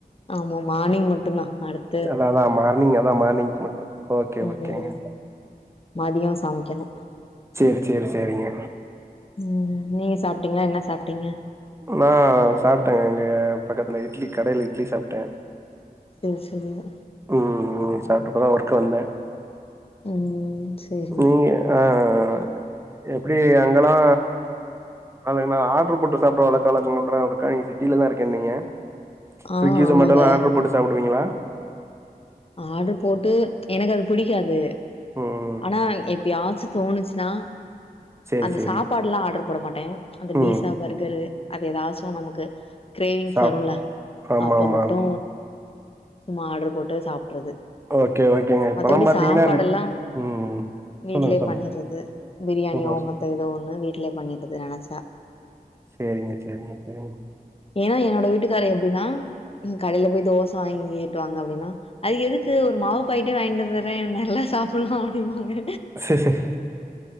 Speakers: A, on the left (about 35°); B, on the right (about 15°).
A: ஆமா மானிங் மட்டுந்தா அடுத்
B: சல் அதா மார்னிங் அதா மார்னிங்கு மட்டு ஓகே
A: ம்
B: ஓகேங்க
A: மதியோ சமைக்கணு
B: சேரி சேரி சேரிங்க
A: ம் ம் நீங்க சாப்ட்டீங்ளா என்ன சாப்ட்டீங்க
B: நா சாப்ட்டங்க இங்க பக்கத்துல இட்லி கடைல இட்லி சாப்ட்ட
A: ஏ செரிங்க
B: ம் ம் சாப்ட்டு இப்பதா ஒர்க்கு வந்தே
A: ம் சேரிங்க
B: நீங்க அ அ அ எப்டி அங்கலா நாளைக் நா ஆட்ரு போட்டு சாப்ட்ற வழக்கு வழக்கு <unintelligible> நீங் சிட்டில தா இருக்கேன்னீங்க
A: ஆ
B: சுக்கி
A: ஆமாங்க
B: சொமேட்டோலா ஆட்ர் போட்டு சாப்டுவீங்களா
A: ஆர்ரு போட்டு எனக்கு அது புடிக்காது
B: ம்
A: ஆனா எப்யாச்சு தோணுச்சு நா
B: சேரி
A: அந்த
B: சேரி
A: சாப்பாடுலா ஆர்ரு போட மாட்ட அந்த பீஸா
B: ம்
A: பர்கரு அது எதாச்சு நமுக்கு கிரேவிங்ஸ்
B: சாப்
A: வருல்ல
B: ஆமா
A: அப்ப
B: ஆமா
A: மட்டு
B: ஆமா
A: சும்மா ஆட்ரு போட்டு சாப் ட்றது
B: ஓகே ஓகேங்க இப்பல்லா
A: மத்தவடி
B: பாத்தீங்கன்னா
A: சாப்பாடுல்லா
B: ம்
A: வீட்லே
B: சொல்லுங்க சொல்லுங்க
A: பண்ணிற்றது பிரியாணியோ
B: சூப்பர்
A: மத்த எதோ ஒன்னு வீட்லே பண்ணிற்றது நெனச்சா
B: சேரிங்க சேரிங்க சேரிங்
A: ஏனா என்னோட வீட்டுக்காரே எப்டின்னா இ கடைல போய் தோச வாங்கீட்வாங்க அப்டின்னா அது எதுக்கு ஒரு மாவு பாக்கெட்டே வாங்கிட்டு வந்தர்றே நல்லா சாப்புல்லா அப்டிம்பாங்க
B: சே சேரி